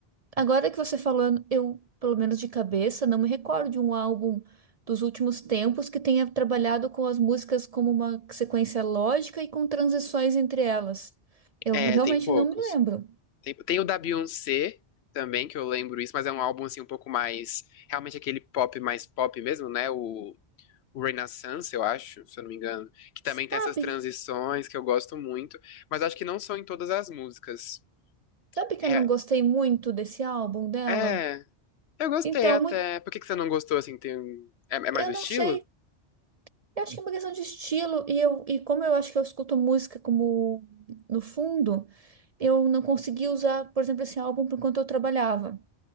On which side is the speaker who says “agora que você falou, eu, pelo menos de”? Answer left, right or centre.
Right